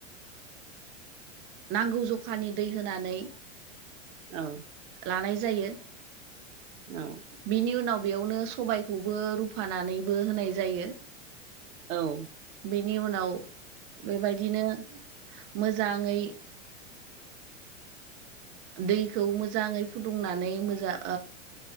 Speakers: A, on the right; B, on the right.
A: उ नांगौ जखानि दै होनानै
B: औ
A: लानाय जायो
B: औ
A: बिनि उनाव बेयावनो सबायखौबो रुफानानैबो होनाय जायो
B: औ
A: बेनि उनाव बेबायदिनो मोजाङै दैखौ मोजाङै फुदुंनानै मोजां